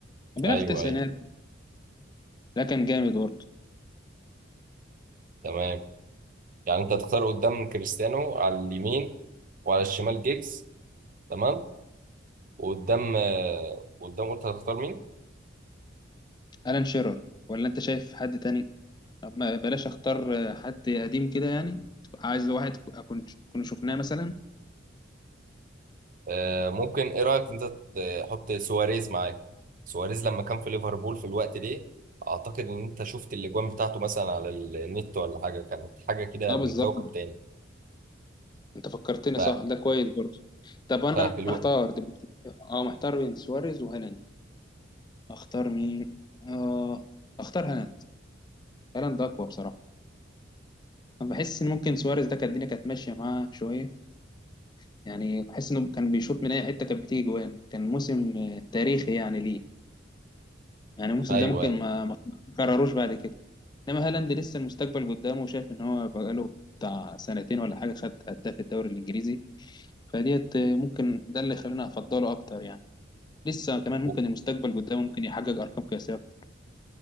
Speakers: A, on the left; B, on the right.
A: كان بيلعب
B: ايوه
A: في التسعينات
B: ايوه
A: لا كان جامد برضه
B: تمام يعني انت هتختار قدام كريستيانو على اليمين وعلى الشمال جيجز تمام وقدام آه، قدام قلت هتختار مين
A: الان شيرر ولا انت شايف حد تاني ما بلاش اختار آه، حد قديم كده يعني عايز واحد اكون كنا شفناه مثلا
B: آه، ممكن ايه رايك انت تحط سواريز معاك سواريز لما كان في ليفربول في الوقت ده اعتقد ان انت شفت الاجوان بتاعته مثلا على النت ولا حاجه كانت حاجه كده
A: اه
B: من
A: بالظبط
B: كوكب تاني
A: انت فكرتني
B: ف...
A: صح ده كويس برضه طب انا
B: ففي الوقت
A: محتار دلوقتي اه محتار بين سواريز وهالاند اختار مين اه اختار هالاند هالاند اقوى بصراحه انا بحس ان ممكن سواريز ده كانت الدنيا كانت ماشيه معاه شويه يعني بحس انه كان بيشوط من اي حته كانت بتيجي جوان كان موسم آه، تاريخي يعني ليه يعني الموسم
B: ايوه
A: ده ممكن
B: ايوه
A: ما ما تكرروش بعد كده انما هالاند لسه المستقبل قدامه وشايف ان هو بقاله بتاع سنتين ولا حاجه خد هداف الدوري الانجليزي فديت آه، ممكن ده اللي يخليني افضله اكتر يعني لسه كمان ممكن
B: و-
A: المستقبل قدامه ممكن يحقق ارقام قياسيه اكتر